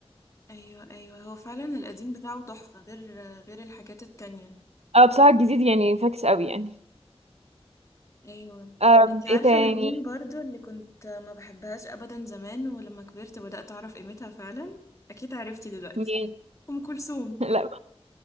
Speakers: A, on the left; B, on the right.
A: ايوه ايوه هو فعلا القديم بتاعه تحفة غير غير الحاجات التانية
B: اه بصراحه الجديد يعني فاكس قوي يعني
A: ايوه
B: أم
A: انتي عارفة
B: ايه تاني
A: انا مين برضو اللي كنت ما بحبهاش ابدا زمان ولما كبرت بدأت اعرف قيمتها فعلا اكيد عرفتي دلوقتي
B: مين
A: ام كلثوم
B: <laughs> لا